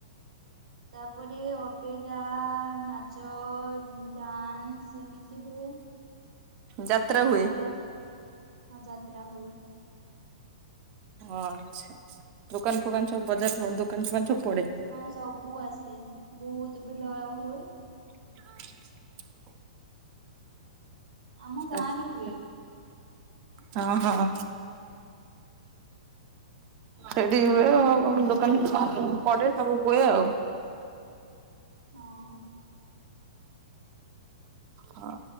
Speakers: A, on the right; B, on the right.
A: ତାପରେ ଅପେରା, ନାଚ, ଡ୍ୟାନ୍ସ ଏମିତି ହୁଏ।
B: ଯାତ୍ରା
A: ରାତି
B: ହୁଏ।
A: ସାରା, ହଁ ଯାତ୍ରା ହୁଏ।
B: ଆଛା, ଆଛା, ଦୋକାନ ଫୋକାନ ସବୁ ବଜାର, ଦୋକାନ ଫୋକାନ ସବୁ ପଡେ?
A: ହଁ ସବୁ ଆସିବେ, ବହୁତ ଭିଡ ହୁଏ।
B: <unintelligible> <inaudible>
A: ଆମ ଗାଁରେ
B: ଆଛା,
A: ହୁଏ
B: ହଁ ହଁ। ସେଠି ହୁଏ ଆ, ଦୋକାନ ଫୋକାନ ପଡେ ସବୁ ହୁଏ ଆଉ।
A: ହଁ।
B: ହଁ।